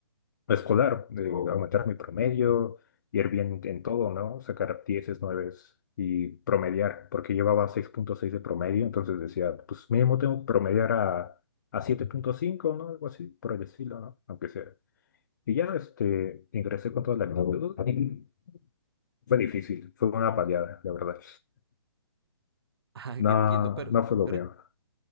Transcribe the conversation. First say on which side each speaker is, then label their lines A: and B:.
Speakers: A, on the left (about 45°); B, on the right (about 60°).
A: escolar, de aumentar mi promedio, ir bien en todo, ¿no? Sacar dieces nueves y promediar, porque llevaba seis punto seis de promedio, entonces decía, pues mínimo tengo que promediar a, a siete punto cinco ¿no? Algo así, por el estilo, ¿no? Aunque sea. Y ya este, ingresé con toda la actitud y fue difícil, fue una paliada, la verdad.
B: <laughs> ah,
A: No,
B: entiendo, pero,
A: no fue lo
B: pero
A: peor.